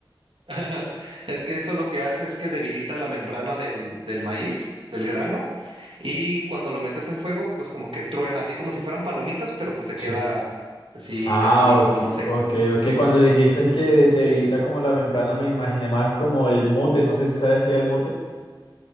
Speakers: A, on the right; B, on the left.
A: <laughs> Es que eso lo que hace es que debilita la membrana del, del maíz, del grano, y cuando lo metes en fuego, pues como que truena, así como si fueran palomitas, pero pues se
B: Sí.
A: queda así
B: Ah,
A: caldudito,
B: ok,
A: no seco.
B: ok, ok. Cuando dijiste es que debilita como la membrana, me imaginé más como el mote. No sé si sabes qué es el mote.